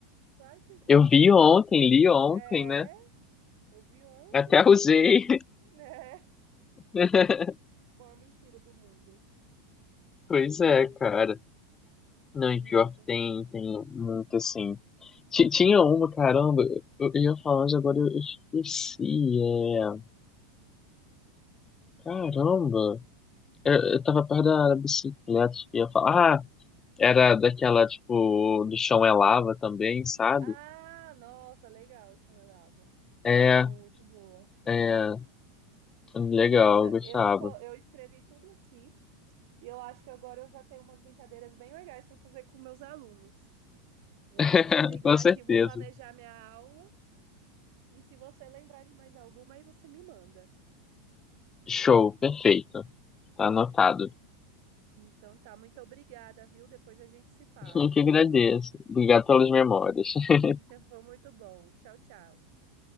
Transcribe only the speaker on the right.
Claro que existe.
É,
eu vi ontem,
não sei
o quê. <laughs> Né?
Maior mentira do mundo.
Nossa.
Ah, nossa, legal, chumelava.
É muito boa.
Nossa,
eu, co- eu escrevi tudo aqui e eu acho que agora eu já tenho umas brincadeiras bem legais para fazer com meus alunos. Eu
vou desligar
aqui, vou planejar minha aula e se você lembrar de mais alguma, aí você me manda.
Então tá, muito obrigada, viu? Depois a gente se fala.
<laughs> Foi muito bom. Tchau, tchau.